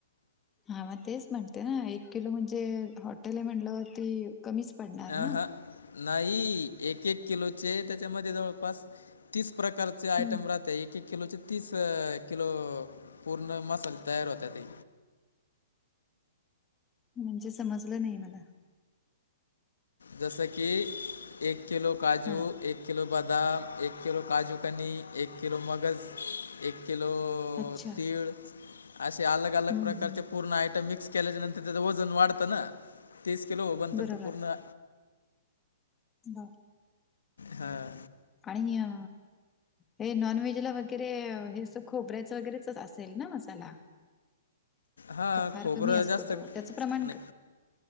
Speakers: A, on the left (about 20°); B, on the left (about 85°).
A: हा मग तेच म्हणते ना एक किलो म्हणजे हॉटेल आहे म्हणल्यावरती कमीच पडणार
B: अ
A: ना
B: ह नाही एक एक किलोचे त्याच्यामध्ये जवळपास तीस प्रकार चे आयटम
A: हम्म
B: राहत एक एक किलोचे तीस किलो पूर्ण मसाले तयार होताते.
A: म्हणजे समजलं नाही मला.
B: जसे की एक किलो काजू
A: हा
B: एक किलो बदाम एक किलो काजू कनी एक किलो मगज एक किलो
A: अच्छा
B: तीळ असे अलग
A: हम्म
B: अलग प्रकारचे
A: हम्म
B: पूर्ण आयटम मिक्स केल्याच्या नंतर त्याचं वजन वाढतं ना. तीस किलो बनतात
A: बरोबर
B: ते पूर्ण.
A: बाप
B: हां.
A: आणिय‌ हे नॉन व्हेज ला वगैरे हेचा खोबऱ्याच वगैरेच असेल ना मसाला.
B: हां
A: का फार
B: खोबरं
A: कमी असतो
B: जास्त
A: तो त्याच प्रमाण
B: नाही
A: क